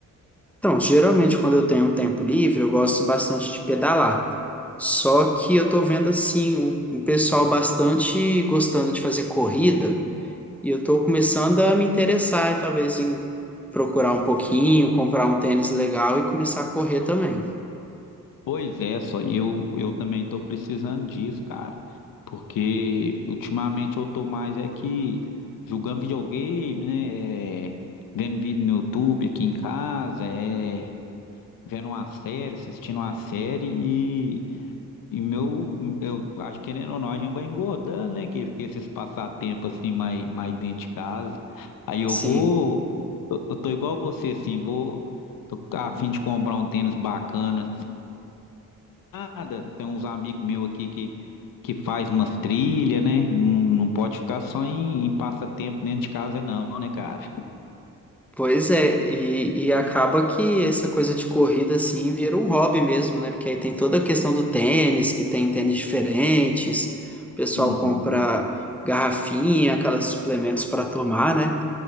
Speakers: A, in the centre; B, on the left (about 70°).
A: Então, geralmente quando eu tenho um tempo livre, eu gosto bastante de pedalar. Só que eu tô vendo assim, um um pessoal bastante gostando de fazer corrida, e eu tô começando a me interessar, talvez, em procurar um pouquinho, comprar um tênis legal e começar a correr também.
B: Pois é, só eu, eu também estou precisando disso, cara. Porque ultimamente eu tô mais é que jogando videogame, né? é, vendo vídeo no YouTube aqui em casa, é, vendo uma série, assistindo uma série e, e meu, eu acho que querendo ou não, a gente vai engordando, né? Que, que esses passatempos assim mais, mais dentro de casa. Aí eu
A: Sim.
B: vou, eu, eu tô igual você, assim, vou, tô a fim de comprar um tênis bacana nada. Tem uns amigos meus aqui que, que faz umas trilhas, né? Não, não pode ficar só em, em passatempo dentro de casa, não, né, cara?
A: Pois é, e, e acaba que essa coisa de corrida assim vira um hobby mesmo, né? Porque aí tem toda a questão do tênis, que tem tênis diferentes, o pessoal
B: Uhum.
A: compra garrafinha, aqueles suplementos para tomar, né?